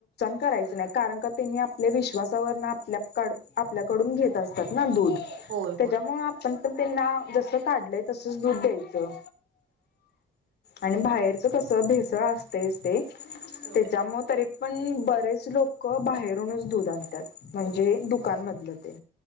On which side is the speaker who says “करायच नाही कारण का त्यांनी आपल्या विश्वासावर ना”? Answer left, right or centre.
Left